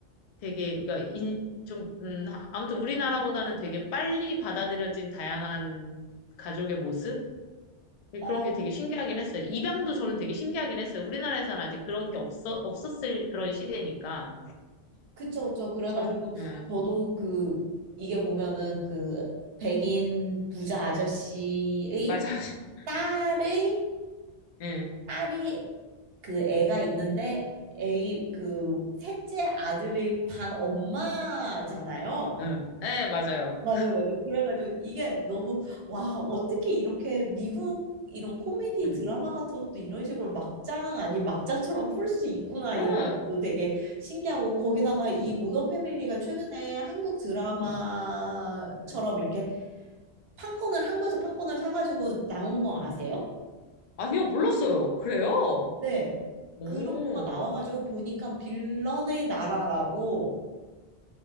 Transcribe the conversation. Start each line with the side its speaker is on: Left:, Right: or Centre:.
Left: 되게 그러니까 인, 좀 음, 하- 아무튼 우리나라보다는 되게 빨리 받아들여진 다양한 가족의 모습?
Right: 어,
Left: 그런 게 되게 신기하긴 했어요. 입양도 저는 되게 신기하긴 했어요. 우리나라에서는 아직 그런 게 없어, 없었을 그런 시대니까.
Right: 그쵸, 그쵸. 그래가지고
Left: 저런, 음.
Right: 저도 그, 이게 보면은 그 백인 부자 아저씨의
Left: 맞아. <laughs>
Right: 딸의
Left: 예,
Right: 딸이 그 애가 있는데 애이 그 셋째 아들이 반 엄마잖아요.
Left: 예, 예, 맞아요.
Right: 맞아요, 맞아요. 그래가지고 이게 너무 와 어떻게 이렇게 미국 이런 코미디
Left: 응,
Right: 드라마 같은 것도 이런 식으로 막장 아닌 막장처럼 풀 수 있구나 이런
Left: 응,
Right: 것도 되게 신기하고 거기다가 이 모던 패밀리가 최근에 한국 드라마처럼
Left: 응, 응.
Right: 이렇게 판권을 한국에서 판권을 사가지고 나온 거 아세요?
Left: 아니요, 몰랐어요. 그래요?
Right: 네.
Left: 오,
Right: 그런 거가 나와가지고 보니까 빌런의 나라라고